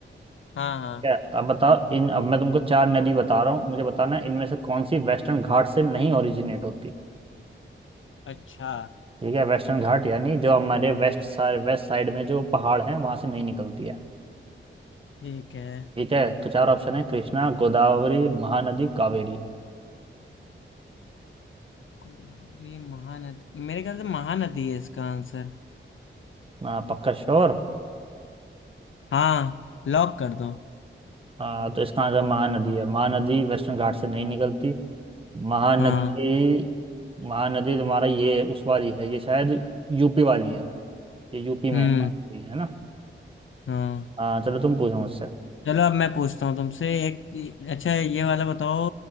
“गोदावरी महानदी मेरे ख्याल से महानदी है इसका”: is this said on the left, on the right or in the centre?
Left